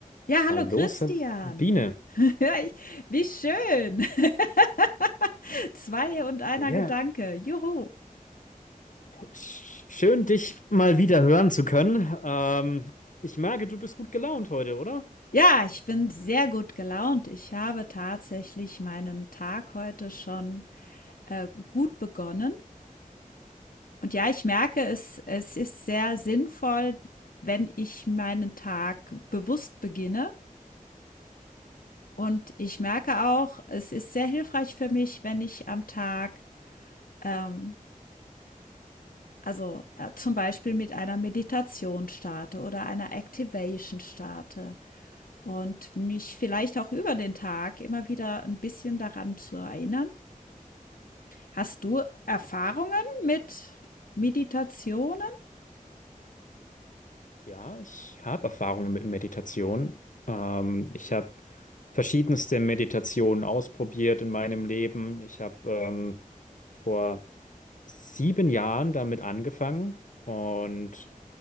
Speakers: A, on the left (about 80°); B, on the left (about 60°).
A: Ja, hallo
B: Hallo
A: Christian.
B: Sabine,
A: <laughs> Ja, ich, wie schön. <laughs> Zwei und einer
B: Ja,
A: Gedanke. Juhu.
B: Sch- schön dich mal wieder hören zu können. Ähm, ich merke, du bist gut gelaunt heute, oder?
A: Ja, ich bin sehr gut gelaunt. Ich habe tatsächlich meinen Tag heute schon äh, gut begonnen. Und ja, ich merke, es, es ist sehr sinnvoll, wenn ich meinen Tag bewusst beginne. Und ich merke auch, es ist sehr hilfreich für mich, wenn ich am Tag ähm, Also äh, zum Beispiel mit einer Meditation starte oder einer Activation starte und mich vielleicht auch über den Tag immer wieder ein bisschen daran zu erinnern. Hast du Erfahrungen mit Meditationen?
B: Ja, ich habe Erfahrungen mit Meditation. Ähm, ich habe verschiedenste Meditationen ausprobiert in meinem Leben. Ich habe ähm, vor sieben Jahren damit angefangen und